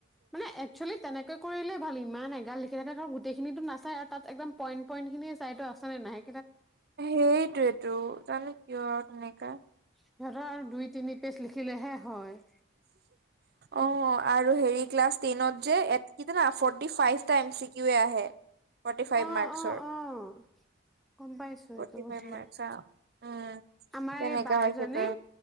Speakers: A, in the centre; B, on the right.
A: মানে একচুৱেলি তেনেকৈ কৰিলে ভাল ইমান এগাল লিখি থাকে কাৰণ গোটেইখিনি নাচায় আৰু তাত একদম পইন্ট পইণ্ট খিনিয়ে চাইতো ত অবচনে নাহে
B: সেইটোয়েটো জানো কিয় আৰু তেনে কা
A: সিহঁতৰ আৰু দুই তিনি পেছ লিখ লিখিলেহে হয়
B: অঁ আৰু হেৰি ক্লাছ টেনত যে ফৰ্টি ফাইফ টা এমছি কিওএ আহে ফৰ্টি ফাইভ
A: অঁ
B: মাৰ্কচৰ
A: অঁ অঁ গম পাইছো
B: ফৰ্টি
A: এইটো
B: ফাইভ
A: দিয়ে
B: মাৰ্কচ অ উম
A: আমাৰ
B: তেনেকা
A: এই বা
B: হয়
A: এজনী
B: সিহঁতৰ